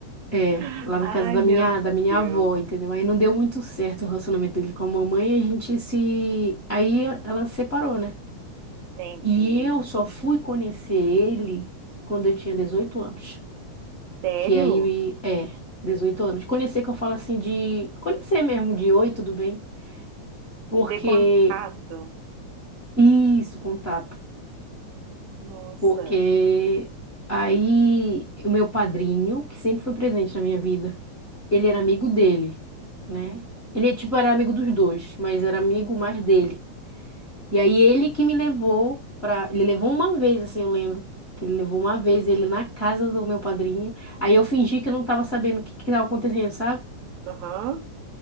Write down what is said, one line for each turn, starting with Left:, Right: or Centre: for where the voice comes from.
Left: É,
Right: <laughs>
Left: lá na
Right: ai
Left: casa da
Right: meu
Left: minha, da minha
Right: Deus,
Left: avó, entendeu? Aí não deu muito certo o relacionamento dele com a mamãe, a gente se... Aí ela separou, né?
Right: entendi.
Left: E eu só fui conhecer ele quando eu tinha 18 anos.
Right: Sério?
Left: Que aí, é, 18 anos. Conhecer que eu falo assim de... Conhecer mesmo, de oi, tudo bem? Porque...
Right: De ter contato?
Left: Isso, contato.
Right: Nossa,
Left: Porque aí o meu padrinho, que sempre foi presente na minha vida, ele era amigo dele, né? Ele, tipo, era amigo dos dois, mas era amigo mais dele. E aí ele que me levou pra. ele levou uma vez, assim, eu lembro. Que ele levou uma vez ele na casa do meu padrinho. Aí eu fingi que eu não tava sabendo o que que tava acontecendo, sabe?
Right: Aham.